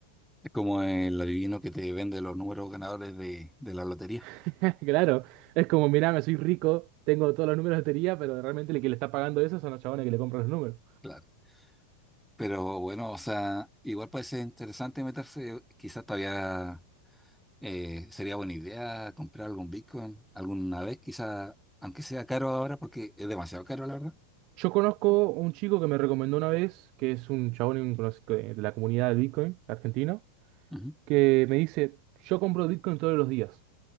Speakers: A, in the centre; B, on the right.
A: es como el adivino que te vende los números ganadores de, de la lotería.
B: <laughs> Claro, es como mirá, me soy rico, tengo todos los números de lotería, pero realmente el que le está pagando eso son los chabones que le compran los números.
A: Claro. Pero bueno, o sea, igual puede ser interesante meterse, quizás todavía eh, sería buena idea comprar algún Bitcoin alguna vez, quizás, aunque sea caro ahora, porque es demasiado caro, la verdad.
B: Yo conozco un chico que me recomendó una vez, que es un chabón en- de la comunidad de Bitcoin argentino
A: Ujú.
B: que me dice, yo compro Bitcoin todos los días.